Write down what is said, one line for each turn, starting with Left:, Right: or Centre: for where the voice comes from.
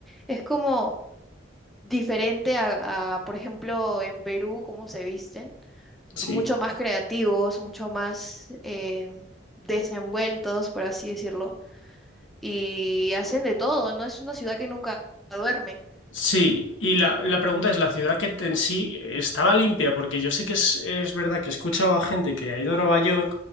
Centre: es como diferente a, a, por ejemplo, en Perú, cómo se visten, mucho
Left: sí.
Centre: más creativos, mucho más eh, desenvueltos, por así decirlo, y hacen de todo, no es una ciudad que nunca duerme.
Left: Sí, y la, la pregunta es, ¿la ciudad que te- en sí estaba limpia? Porque yo sé que es, es verdad que he escuchado a gente que ha ido a Nueva York